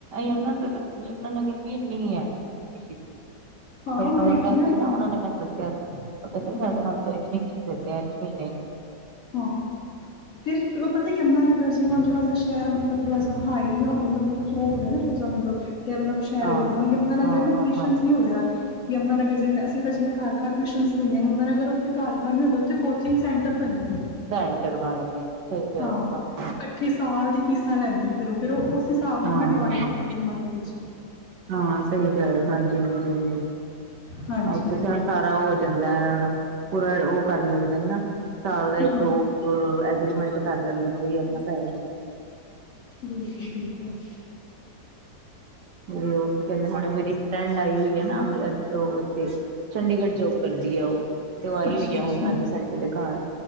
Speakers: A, on the right; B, on the left.
A: ਯਮੁਨਾ ਨਗਰ ਯਮੁਾਨਗਰ ਵੀ ਇੰਨੀ ਹੈ ਫੀਸ
B: ਹਾਂ
A: ਮੜਰੇ ਨੋਨ
B: ਹੈਗੀਆਂ
A: ਰਹਿੰਦੇ ਨਾ ਉਹਨਾਂ ਨੇ ਮੈਨੂੰ ਦੱਸਿਆ ਸੀ ਉਹ ਕਹਿੰਦੇਡ
B: ਹਾਂ
A: ਹਮ ਤੋਂ ਇਤਨੀ ਫੀਸ ਦਿੱਤੇ ਆ ਜੀ ਮਹੀਨੇ <unintelligible>
B: ਹਹੋ ਫਿਰ ਉਹ ਪਤਾ ਹੀ ਅੰਮਾ ਨਗਰ ਜੀ ਹਣ ਥੋੜਾ ਜਿ ਸ਼ਹਿਰ ਮਤਲਬ ਥੋੜਾ ਹਾਈ ਮਤਲਬ ਹੋ ਗਿਆ ਨਾ ਥੜਾ ਜਿ ਮਤਲਬ ਤੇ ਮਤਲਬ ਸ਼ਹਿਰ
A: ਹਾਂ,
B: ਹੋ ਗਿਆ ਹੁਣ ਯਮੁਨਾਾਨਗਰ
A: ਹਾਂ,
B: ਨਾ
A: ਹਾਂ,
B: ਟਿਊਸ਼ਨ
A: ਹਾਂ।
B: ਨ ਹੋਦੇ ਯਮਨਾ ਨਗਰ ਜਿਵੇਂਸੀਂ ਜਿਵੇਂ ਘਰਿਊਸ਼ਨਸਿੰਦੇ ਹਾਂ ਯਮਨਾ ਨਗਰ ਉੱਥ ਘਰ ਘਰ ਨ ਹੁੰਦੇ ਉਥ ਕੋ ਕੋਚਿੰਗ ਸੈਂਟਰ ਬਣੇ ਦੇ ਨੇ
A: ਸੈਂਟਰ ਬਣ ਗਿਆ <unintelligible>
B: ਹਾਂ। ਇਕੱਠੇ ਸਾਲ ਦੀ ਫੀਸਾਂ ਲੈਂਦੇ ਫਿਰਰ ਉਹ ਫਿਰ ਉਹ ਉਸ ਹਿਸਾਬ ਨਾਲ
A: ਹਾਂ
B: ਨਾ ਡਿਵਾਈਡ ਕਰਦੇ ਮੰਥ ਚ
A: ਹਾਂ ਸਹੀ ਤ ਹਾਂਜੀ ਹਾਂਜੀ ਹਾਂ
B: ਹਾਂਜੀ
A: ਉੱਥੇ ਸਾਰਾ ਹੋ ਜਾਂਦਾ ਦਾ ਪੂਰਾ ਉਹ ਕਰ ਲੈਂਦੇ ਨਾ ਸਾਲ ਦਾ
B: ਹਾਂ
A: ਇੱਕ ਉਹ ਐਗਰੀਮੈਂਟ ਕਰ ਲੈਂਦੇ ਨੇ ਬਈ ਇਨਾ ਪੈ
B: ਬਿਲਕੁਲ -ਬਿਲਕੁਲ।
A: ਮੇਰੀ ਉਹ ਕਹਿੰਦੇ ਹੁਣੇ ਮੇਰੀ ਫਰੈਂਡ ਆਈ ਹੋਈ ਹੈ ਨਾ ਉੱਥੇ ਚੰਡੀਗੜ੍ਹ ਜੋਬ ਕਰਦੀ ਆ ਉਹ ਤੇ ਆਹੀ
B: ਅੱਛਾ-ਅੱਛਾ
A: ਹੋਈ ਆ ਹੁਣ ਅੱਜ ਸੱਚ ਦੇ ਘਰ